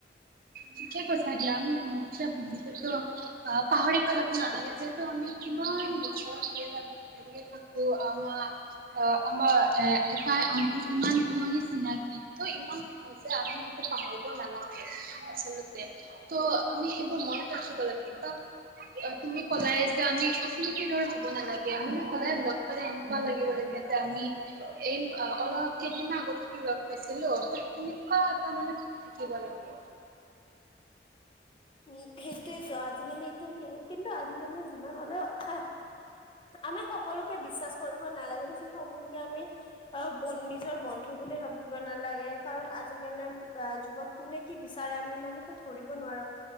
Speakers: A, on the right (about 50°); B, on the left (about 30°).
A: ঠিকে কৈছা দিয়া আমি সহজতে বন্ধুত তো অ পাহৰি পেলাব নালাগে যে ত আমি কিমান বছৰ ধৰি আমি একেলগে থাকো আমাৰ অ আমাৰ এ এটাই আনটোত ইমান পুৰণি চিনাকি ত ইমান <unintelligible> আমি সেইটো পাহৰিব নালাগে। আচলতে ত' আমি সেইবোৰ মনত ৰাখিব লাগে, বা অ, তুমি ক'লাই যে আমি অচিনাকিৰ দৰে হ'ব নালাগে, মানে সদায় লগ <unintelligible> এনেকুৱা লাগিব লাগে যে, আমি এই অলপ কেইদিন মান আগতেতো লগ পাইছিলো ত' তেনেকুৱা এটা মানে ভাব থাকিব লাগে।
B: উম, সেইটোয়েতো আজিকালি এতিয়া কি কিন্তু আজিকালি যিমান হলেও হা আমাক সকলোকে বিশ্বাস কৰিব নালাগে দেচোন সকলোকে আমি অ, ব নিজৰ বন্ধু বুলি ভাবিব নালাগে, কাৰণ আজি আজিকালি যুগত কোনে কি বিচাৰে আমি ইমানতো ধৰিব নোৱাৰো।